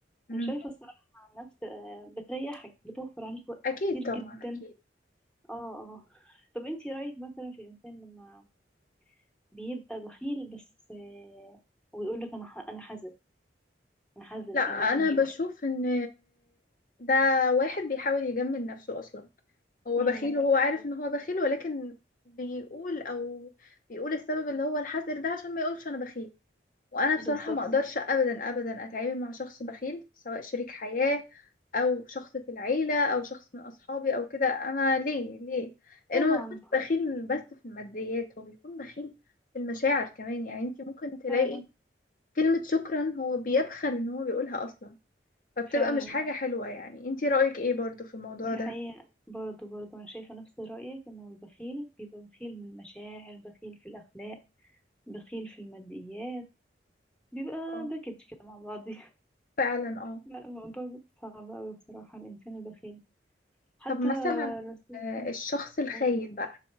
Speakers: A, on the left; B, in the centre.
A: مم.
B: انا شايفه الصراحه عن نفس آه، بتريحك بتوفر عليك وقت
A: أكيد
B: كتير
A: طبعا
B: جدا
A: أكيد
B: اه اه طب انتي رايك مثلا في الانسان لما بيبقى بخيل بس آه، ويقول لك انا ح- انا حذر انا حذر
A: لا أنا
B: لا انا مش
A: بشوف
B: بخيل
A: إن ده واحد بيحاول يجمل نفسه أصلا هو
B: امم
A: بخيل وهو
B: بالظبط
A: عارف إن هو بخيل ولكن بيقول أو بيقول السبب اللي هو الحذر ده عشان ما يقولش أنا بخيل وانا بصراحه
B: بالظبط
A: ما اقدرش ابدا ابدا اتعامل مع شخص بخيل سواء شريك حياه او شخص في العيله او شخص من اصحابي او كده انا ليه ليه لانه
B: طبعا
A: ما يكونش بخيل بس في الماديات هو بيكون بخيل في المشاعر كمان يعني انت ممكن تلاقي
B: فعلا
A: كلمه شكرا هو بيبخل ان هو بيقولها اصلا فبتبقى
B: فعلا
A: مش حاجه حلوه يعني انت رايك ايه برضو في الموضوع
B: دي
A: ده
B: حقيقه برضه برضه انا شايفه نفس رايك انه البخيل بيبقى بخيل من المشاعر بخيل في الاخلاق بخيل في الماديات بيبقى
A: اه
B: باكج كده مع بعض <laughs>
A: فعلا اه
B: لا الموضوع صعب أوي بصراحة الإنسان البخيل حتى
A: طب مثلا
B: رسول
A: الشخص الخاين
B: قوله
A: بقى